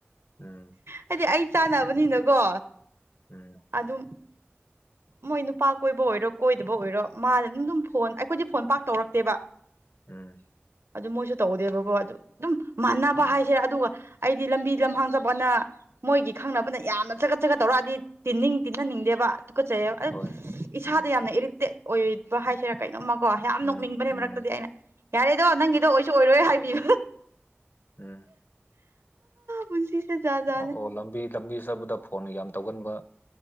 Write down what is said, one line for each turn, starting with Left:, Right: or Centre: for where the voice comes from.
Left: ꯎꯝ
Right: ꯍꯥꯏꯗꯤ ꯑꯩ ꯆꯥꯅꯕꯅꯤꯅꯀꯣ
Left: ꯎꯝ
Right: ꯑꯗꯨꯝ ꯃꯣꯏ ꯅꯨꯄꯥ ꯀꯣꯏꯕ ꯑꯣꯏꯔꯣ ꯀꯣꯏꯗꯕ ꯑꯣꯏꯔꯣ ꯃꯥꯗ ꯑꯗꯨꯝ ꯑꯗꯨꯝ ꯐꯣꯟ ꯑꯩꯈꯣꯏꯗꯤ ꯐꯣꯟ ꯄꯥꯛ ꯇꯧꯔꯛꯇꯦꯕ
Left: ꯎꯝ
Right: ꯑꯗꯨ ꯃꯣꯏꯁꯨ ꯇꯧꯗꯦꯕꯀꯣ ꯑꯗꯨ ꯑꯗꯨꯝ ꯃꯥꯟꯅꯕ
Left: ꯎꯝ
Right: ꯍꯥꯏꯁꯦ ꯑꯗꯨꯒ ꯑꯩꯗꯤ ꯂꯝꯕꯤ ꯂꯝꯍꯥꯡꯖꯕꯅ ꯃꯣꯏꯒꯤ ꯈꯪꯅꯕꯅ ꯌꯥꯝꯅ ꯆꯒꯠ ꯆꯒꯠ ꯇꯧꯔꯛꯑꯗꯤ ꯇꯤꯟꯅꯤꯡ ꯇꯤꯟꯅꯅꯤꯡꯗꯦꯕ ꯀꯠꯆꯩꯕ
Left: ꯍꯣꯏ
Right: ꯏꯁꯥꯗ
Left: ꯎꯝ
Right: ꯌꯥꯝꯅ ꯏꯔꯤꯇꯦꯠ ꯑꯣꯏ ꯍꯥꯏꯁꯤꯔꯥ ꯀꯩꯅꯣꯝꯃꯀꯣ ꯌꯥꯝ
Left: ꯎꯝ
Right: ꯅꯣꯛꯅꯤꯡꯕꯅꯦ
Left: ꯎꯝ
Right: ꯃꯔꯛꯇꯗꯤ ꯑꯩꯅ ꯌꯥꯔꯦꯗꯣ ꯅꯪꯒꯤꯗꯣ ꯑꯣꯏꯁꯨ ꯑꯣꯏꯔꯣꯏ ꯍꯥꯏꯕꯤꯌꯨ
Left: ꯎꯝ
Right: ꯄꯨꯟꯁꯤꯁꯦ ꯖꯥꯠ ꯖꯥꯠꯅꯦ
Left: ꯑꯣ ꯑꯣ ꯂꯝꯕꯤ ꯂꯝꯕꯤ ꯆꯠꯕꯗ ꯐꯣꯟ ꯌꯥꯝ ꯇꯧꯒꯟꯕ